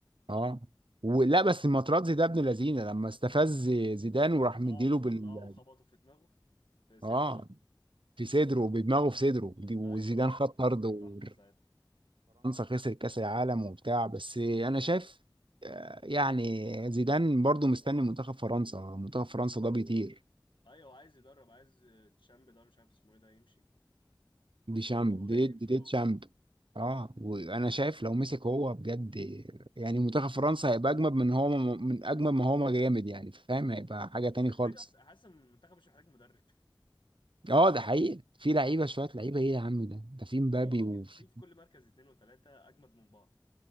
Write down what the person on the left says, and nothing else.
اه اما طلعه
وخبطوا في دماغه في صدره
قصدي
ايوه ايوه
خد كارت
احمر ساعتها
ايوه عايز يدرب عايز تشامب ده ولا مش عارف اسمه ايه ده يمشي
و-
وعايز
يمسك
هو
هو هو
مش محتاج
اصلا حاسس ان المنتخب مش محتاج مدرب <laughs>
في
في في كل مركز اتنين وتلاته اجمد من بعض